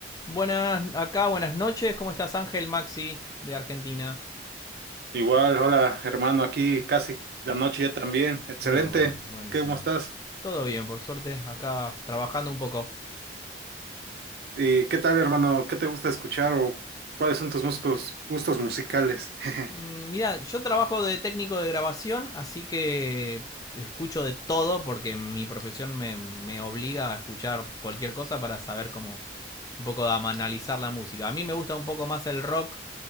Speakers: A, on the left (about 20°); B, on the right (about 60°).
A: Buenas acá, buenas noches. ¿Cómo estás, Ángel Maxi de Argentina?
B: Igual, hola hermano, aquí casi la noche ya también. Excelente,
A: Ah, bueno, buenísimo.
B: ¿cómo estás?
A: Todo bien, por suerte, acá trabajando un poco.
B: ¿Y qué tal hermano? ¿Qué te gusta escuchar o cuáles son tus músicos, gustos musicales? <laughs>
A: Mm, Mirá, yo trabajo de técnico de grabación, así que escucho de todo porque mi profesión me, me obliga a escuchar cualquier cosa para saber cómo un poco de analizar la música. A mí me gusta un poco más el rock,